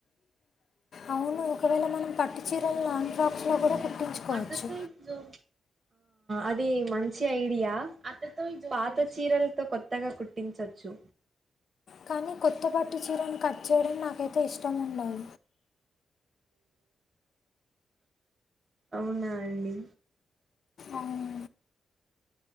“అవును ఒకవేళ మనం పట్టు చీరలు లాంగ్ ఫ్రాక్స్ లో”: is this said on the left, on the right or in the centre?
Left